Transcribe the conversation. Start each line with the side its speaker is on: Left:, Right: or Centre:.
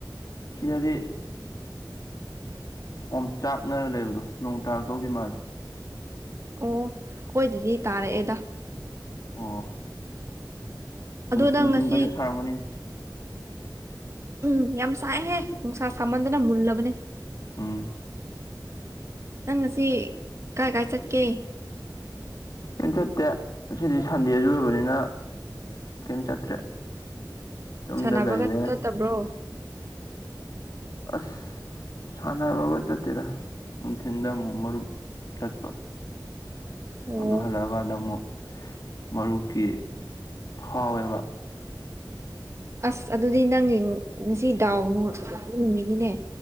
Left: ꯁꯤꯗꯗꯤ ꯑꯣꯝ ꯆꯥꯛꯅꯔ ꯂꯩꯕꯗꯣ ꯅꯣꯡ ꯇꯥꯔꯛꯇꯧꯗꯤ ꯃꯥꯜꯂꯦ
Right: ꯑꯣ ꯑꯩꯈꯣꯏ ꯗꯗꯤ ꯇꯥꯔꯛꯑꯦꯗ
Left: ꯑꯣ
Right: ꯑꯗꯣ ꯅꯪ
Left: ꯅꯨꯡꯊꯤꯟ
Right: ꯉꯁꯤ
Left: ꯐꯖꯅ ꯁꯥꯔꯝꯒꯅꯤꯅꯦ
Right: ꯎꯝ ꯌꯥꯝ ꯁꯥꯏ ꯍꯦ ꯅꯨꯡꯁꯥ ꯁꯥꯃꯟꯗꯅ ꯃꯨꯜꯂꯕꯅꯦ
Left: ꯎꯝ
Right: ꯅꯪ ꯉꯁꯤ ꯀꯥꯏ ꯀꯥꯏ ꯆꯠꯀꯦ
Left: ꯀꯩꯝꯆꯠ ꯇꯦ ꯉꯁꯤꯗꯤ ꯁꯟꯗꯦꯁꯨꯨ ꯑꯣꯢꯕꯅꯤꯅ ꯀꯩꯝ ꯆꯠꯇ꯭ꯔꯦ ꯌꯨꯝꯗ
Right: ꯁꯥꯅꯥꯕꯒ
Left: ꯂꯩꯔꯦ
Right: ꯆꯠꯇꯕ꯭ꯔꯣ
Left: ꯑꯁ ꯁꯥꯟꯅꯕꯒ ꯆꯠꯇꯦꯗꯥ ꯅꯨꯡꯊꯤꯟꯗ ꯑꯃꯨꯛ ꯃꯔꯨꯞ ꯆꯠꯄ
Right: ꯑꯣ
Left: ꯑꯗꯨ ꯍꯜꯂꯛꯑꯀꯥꯟꯗ ꯑꯃꯨꯛ ꯃꯔꯨꯞꯀꯤ ꯐꯥꯎꯋꯦꯕ
Right: ꯑꯁ ꯑꯗꯨꯗꯤ ꯅꯪꯒꯤ ꯉꯁꯤ ꯗꯥꯎ ꯅꯨꯡ <unintelligible> ꯅꯨꯃꯤꯠꯅꯤꯅꯦ